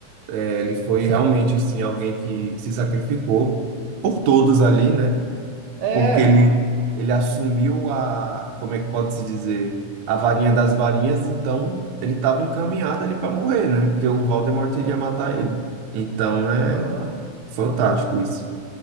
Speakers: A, on the right; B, on the right.
A: é, ele foi realmente, assim, alguém que se sacrificou por todos ali, né?
B: É.
A: Porque ele, ele assumiu a, como é que pode se dizer, a varinha das varinhas, então ele estava encaminhado ali para morrer, né? Porque o Voldemort iria
B: Aham.
A: matar ele. Então, é
B: Aham.
A: fantástico isso.